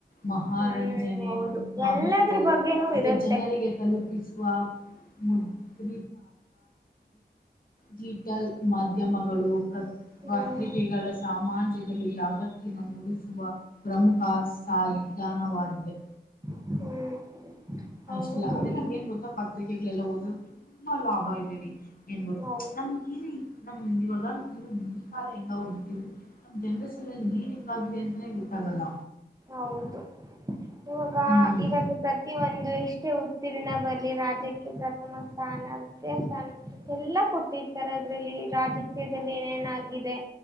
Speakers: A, on the left; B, on the right.
A: ಮಹಾರಂಜನೆ
B: ಹ್ಮ್ ಹೌದು
A: ಮಾಹಿತಿಗಳು
B: ಎಲ್ಲದ್ರ ಬಗ್ಗೆನೂ
A: ಮತ್ತೆ
B: ಇರುತ್ತೆ
A: ಜನರಿಗೆ ತಲುಪಿಸಿ. ವಾ ಮು <unintelligible> ಡಿಜಟಲ್ ಮಾಧ್ಯಮಗಳು <unintelligible>
B: ಹ್ಮ್
A: ಪತ್ರಿಕೆಗಳ ಸಾಮಾಜದಲ್ಲಿ ಜಾಗತಿನ ಮೂಡಿಸುವ ಪ್ರಮುಖ ಸಾಧ. ಅಜ್ಞಾನವಾಗಿದೆ.
B: ಹ್ಮ್. ಹೌದು
A: ಅಷ್ಟಲ್ಲ ಅಂದ್ರೆ ನಮ್ಗೆ ಏನ್ ಗೊತ್ತಾ ಪತ್ರಿಕೆಗಳೆಲ್ಲಾ ಓದ್ರೆ ತುಂಬಾ ಲಾಭ ಇದೆರಿ. ಏನ ಗೊತ್ತ
B: ಹೌದು
A: ನಮ ಹಿರಿ ನಮ ಇವಾಗ <unintelligible> ಕಾಲ ಹೆಂಗ ಹೋಗ್ಬಿಟ್ಟಿದವಿ ನಮ್ ಜನರ ಸಲೆಯಲ್ಲಿ ಏನ್ ಹೆಂಗಿದೆ ಅಂತಾನೆ ಗೊತ್ತಾಗಲ್ಲ.
B: ಹೌದು ಇವಾಗ
A: ಹ್ಮ್
B: ಇವಾಗ ಪ್ರತಿ ಒಂದು. ಎಷ್ಟೇ ಉತ್ತೀರ್ಣ ಬರಲಿ ರಾಜ್ಯಕ್ಕೆ ಪ್ರಥಮ ಸ್ಥಾನ ದ್ವಿತೀಯ ಸ್ಥಾನ ಎಲ್ಲ ಕೊಟ್ಟಿರ್ತಾರೆ. ಅದ್ರಲ್ಲಿ ರಾಜಕೀಯದಲ್ಲಿ ಏನೇನಾಗಿದೆ.